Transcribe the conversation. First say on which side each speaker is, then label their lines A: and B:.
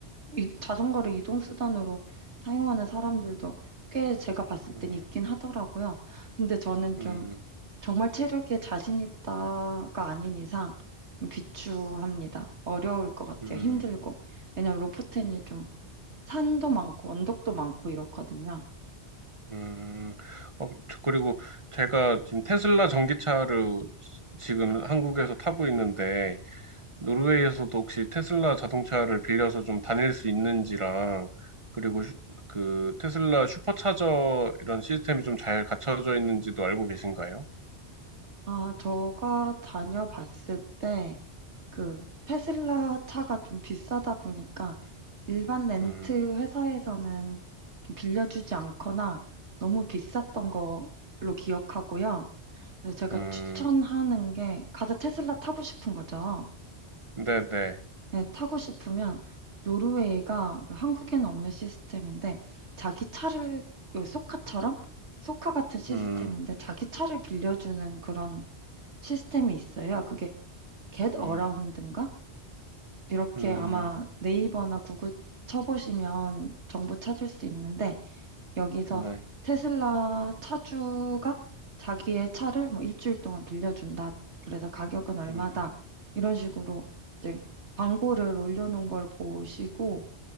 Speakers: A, on the right (about 80°); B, on the right (about 30°).
A: 이- 자전거를 이동 수단으로 사용하는 사람들도 꽤 제가 봤을
B: 음,
A: 땐 있긴 하더라고요. 근데 저는
B: 음,
A: 좀 정말 체력에 자신 있다가 아닌 이상 좀 비추합니다. 어려울 것 같아요.
B: 음,
A: 힘들고. 왜냐면 로프텐이
B: 음.
A: 좀 산도 많고 언덕도 많고 이렇거든요.
B: 음, 어, 저- 그리고 제가 지금 테슬라 전기차를 지금 한국에서 타고 있는데, 노르웨이에서도 혹시 테슬라 자동차를 빌려서 좀 다닐 수 있는지랑, 그리고 슈- 그 테슬라 슈퍼차저 이런 시스템이 좀 잘 갖춰져 있는지도 알고 계신가요?
A: 아, 제가 다녀봤을 때 그 테슬라 차가 좀 비싸다 보니까 일반 렌트
B: 음,
A: 회사에서는 좀 빌려주지 않거나 너무 비쌌던 걸로 기억하고요. 그래서 제가
B: 음,
A: 추천하는 게 가서 테슬라 타고 싶은 거죠.
B: 네네,
A: 네, 타고 싶으면 노르웨이가 그 한국에는 없는 시스템인데 자기 차를 요 소카처럼 소카 같은 시스템인데
B: 음,
A: 자기 차를 빌려주는 그런 시스템이 있어요. 그게 겟
B: 음,
A: 어라운드인가? 이렇게
B: 음,
A: 아마 네이버나 구글 쳐보시면 정보 찾을 수 있는데 여기서
B: 네,
A: 테슬라 차주가 자기의 차를 뭐 일주일 동안 빌려준다. 그래서 가격은 얼마다.
B: 음,
A: 이런 식으로 이제 광고를 올려놓은 걸 보시고